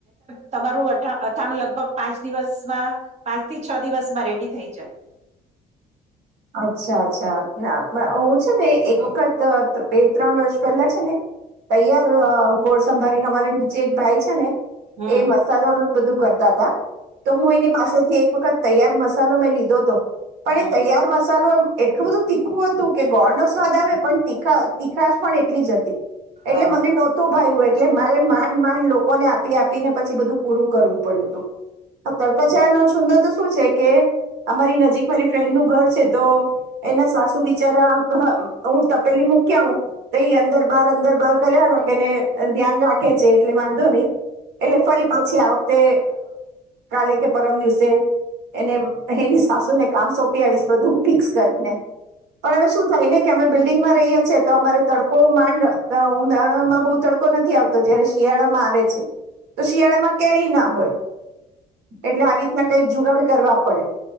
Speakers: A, on the right; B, on the right.
A: તમારું અ અથાણું લગભગ પાંચ દિવસમાં પાંચ થી છ દિવસમાં રેડી થઈ જાય.
B: અચ્છા, અચ્છા. હું છે ને એક વખત બે- ત્રણ વર્ષ પહેલા છે ને, તૈયાર ગોળ સંભળીને અમારે નીચે એક ભાઈ છે ને.
A: હમ
B: એ મસાલાનું બધું કરતા હતા. તો હું એની પાસેથી એક વખત તૈયાર મસાલો મેં લીધો હતો. પણ
A: હમ
B: એ તૈયારમાં ચાલું એટલું બધું તીખું હતું કે ગોળ નો સ્વાદ આવે, પણ તીખા તીખા જ પણ એટલી જ હતી. એટલે
A: હા
B: મને નહોતુ ભાઈવુ, એટલે મારે માંડ-માંડ લોકોને આપી- આપીને પછી બધું પૂરું કરવું પડ્યું હતું. તડકા ચાયા નો છુંદો તો શું છે કે અમારી નજીક મારી ફ્રેન્ડ નું ઘર છે. તો એના સાસુ બિચારા, હું તપેલી મૂક્યા હો. તેઈ અંદર, બહાર, અંદર. દરબાર કર્યા રાખને ધ્યાન રાખે છે એટલે વાંધો નહીં. એટલે ફરી પાછી આ વખતે કાલે કે પરમ દિવસે એને એની સાસુને કામ સોંપી આવીશ, બધું. મિક્સ કરીને પણ અવે શું થાય ને કે અમે બિલ્ડિંગમાં રહીએ છીએ, તો અમારે તડકો માંડ ઉનાળમાં બહુ તડકો નથી આવતો, જયારે શિયાળામાં આવે છે, તો શિયાળામાં કેરી ના હોય, એટલે આવી રીતના કંઈક જુગાડ કરવા પડે.